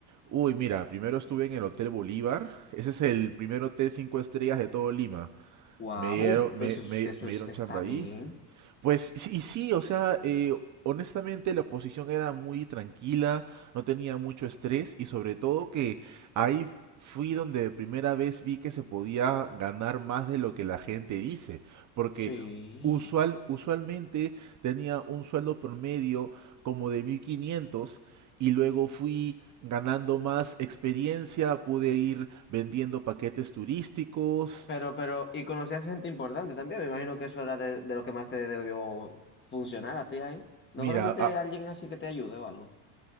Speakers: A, on the right; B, on the left.
A: Uy, mira, primero estuve en el Hotel Bolívar, ese es el primer hotel 5 estrellas de todo Lima.
B: Wow,
A: Me dieron, me,
B: eso es-
A: me,
B: eso
A: me
B: es-
A: dieron
B: está
A: chamba
B: bien.
A: ahí. Pues, y sí, y sí, o sea, eh, honestamente la posición era muy tranquila, no tenía mucho estrés y sobre todo que ahí fui donde de primera vez vi que se podía ganar más de lo que la gente dice, porque
B: Sí.
A: usual, usualmente tenía un sueldo promedio como de 1500 y luego fui ganando más experiencia, pude ir vendiendo paquetes turísticos.
B: Pero, pero, y conocías gente importante también. Me imagino que eso era de, de lo que más te debió funcionar a ti ahí. ¿No
A: Mira,
B: conociste
A: a-
B: a alguien así que te ayude o algo?